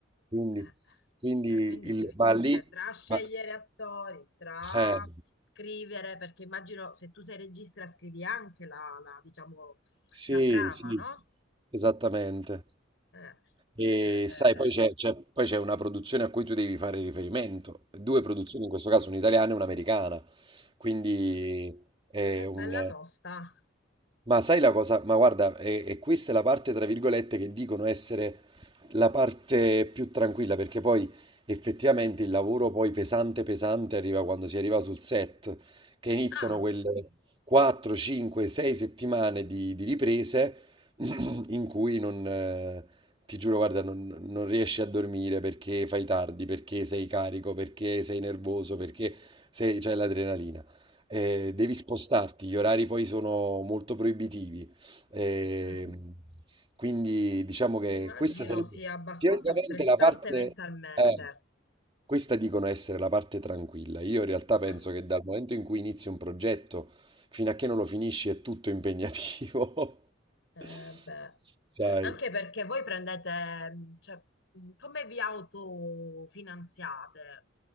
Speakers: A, on the right; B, on the left.
A: quindi,
B: eh,
A: quindi
B: eh, quindi
A: il,
B: ti-
A: ma lì,
B: cioè, tra scegliere
A: ma,
B: attori, tra
A: eh,
B: scrivere, perché immagino se tu sei regista scrivi anche la, la, diciamo,
A: Sì,
B: la trama,
A: sì,
B: no?
A: esattamente.
B: Eh,
A: E
B: eh,
A: sai, poi
B: eh,
A: c'è c'è- poi c'è una produzione a cui tu devi fare riferimento, due produzioni, in questo caso un'italiana e un'americana, quindi è
B: eh, è
A: un...
B: bella tosta.
A: Ma sai la cosa? Ma guarda, e, e questa è la parte, tra virgolette, che dicono essere la parte più tranquilla, perché poi effettivamente il lavoro poi pesante pesante arriva quando si arriva sul set, che iniziano
B: Ah,
A: quelle 4, 5, 6 settimane di, di riprese <clears throat> in cui non, eh, ti giuro, guarda, non, non riesci a dormire perché fai tardi, perché sei carico, perché sei nervoso, perché sei, c'è l'adrenalina eh, devi spostarti, gli orari poi sono molto proibitivi. ehm,
B: mm.
A: quindi diciamo
B: Immagino
A: che questa sarebbe
B: sia abbastanza
A: teoricamente
B: stressante
A: la parte,
B: mentalmente.
A: eh, questa dicono essere la parte tranquilla. Io in realtà penso
B: Ah,
A: che dal momento in cui inizi un progetto fino a che non lo finisci è tutto impegnativo.
B: Eh,
A: <laughs>
B: beh,
A: Sai?
B: Anche perché voi prendete, mh, cioè, mh, come vi autofinanziate?